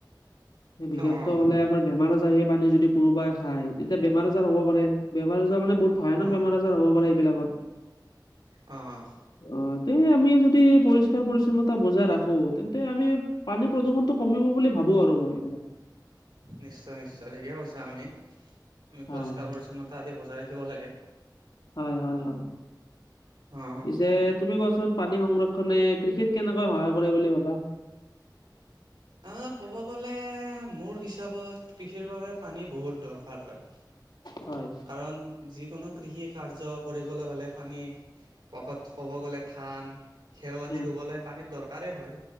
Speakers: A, on the left; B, on the right.
A: বিষাক্ত
B: অ',
A: হ'লে আমাৰ বেমাৰ আজাৰ সেই পানী যদি কোনোবাই খায় তেতিয়া বেমাৰ-আজাৰ হ'ব পাৰে, বেমাৰ- আজাৰ মানে বহুত ভয়ানক
B: অ',
A: বেমাৰ- আজাৰ হ'ব পাৰে এইবিলাকত।
B: অহ
A: অ তে আমি যদি পৰিষ্কাৰ পৰিচ্ছন্নতা বজাই ৰাখো তেন্তে আমি পানী প্ৰদূষণটো কমিব বুলি ভাবো আৰু মই এইবিলাক।
B: নিশ্চয় নিশ্চয় ঠিকে কৈছা আপুনি আমি
A: হয়,
B: পৰিষ্কাৰ পৰিচ্ছন্নতা আজি বজাই ৰাখিব লাগে।
A: হয় হয় হয়
B: অ',
A: পিছে তুমি কোৱাচোন পানী সংৰক্ষনে কৃষিত কেনেকৈ সহায় কৰে বুলি ভাবা?
B: আ ক'ব গ'লে মোৰ হিচাপত কৃষিৰ বাবে পানী বহুত দৰকাৰ হয়।
A: হয়।
B: কাৰণ যিকোনো কৃষি কাৰ্য কৰিবলৈ হ'লে পানীৰ পকত ক'ব গ'লে থান খেয়
A: উম,
B: দি ৰুবলৈ পানীৰ দৰকাৰেই হয়,